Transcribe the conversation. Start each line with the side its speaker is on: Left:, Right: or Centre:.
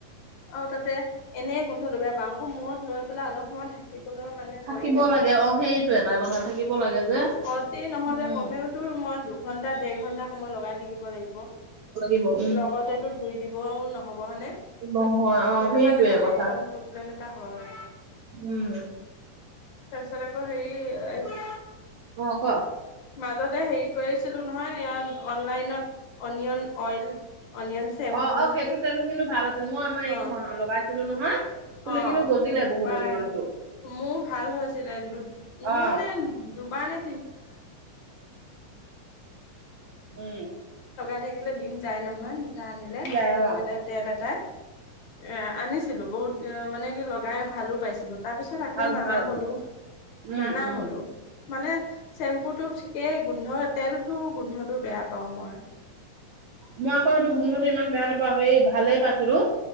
Left: অ', তাতে এনেই গোন্ধটো বেয়া পাওঁ, আকৌ মূৰত লৈ পেলাই অলপ সময় থাকি ব মানে নোৱাৰি
Right: থাকিব
Left: আৰু,
Right: লাগে অ সেইটো এটা কথা থাকিব লাগে যে
Left: অতি নহ'লেও
Right: উম
Left: কমেও তোৰ দুঘণ্টা-দেৰঘণ্টা সময় লগাই থাকিব লাগিব,
Right: উম
Left: লগতেতো ধুই বও নহ'ব, হয়নে? সেইটোকাৰণে
Right: নহয় অ সেইটোয়ে
Left: মানে
Right: কথা
Left: অকমান প্ৰব্লেম এটা হয়।
Right: উম
Left: তাৰপিছত আকৌ হেৰি এ
Right: অ ক
Left: মাজতে হেৰি কৰিছিলো নহয় ইয়াত অনলাইনত অনিয়ন অইল অনিয়ন চেম্পু
Right: অ অ সেইটো তেলো কিন্তু ভাল আছিল মই আমাৰ এই
Left: অ
Right: লগাইছিলো নহয় চুলি
Left: অ
Right: কিন্তু গজিলে
Left: দুবাৰ
Right: বহুত অনিয়নটো
Left: মোৰ ভাল হৈছিলে দু মই
Right: অ
Left: মানে দুবাৰ নে
Right: উম
Left: <unintelligible> থাকিলে দিম যায় নহয় দুটা আনিলে
Right: যায়
Left: চেম্পু
Right: অ
Left: এটা তেল এটা এ আনিছিলো বহুত মানে কি লগাই ভালো পাইছিলো তাৰপিছত আকৌ
Right: ভাল
Left: নানা
Right: ভাল
Left: হলো
Right: উম
Left: নানা
Right: উম
Left: হলো মানে চেম্পুটো ঠিকেই গোন্ধ তেলটো গোন্ধটো বেয়া পাওঁ মই
Right: মই আকৌ এইেইটো গোন্ধটো ইমান বেয়া নাপাওঁ হ ভালেই পাইছো ৰো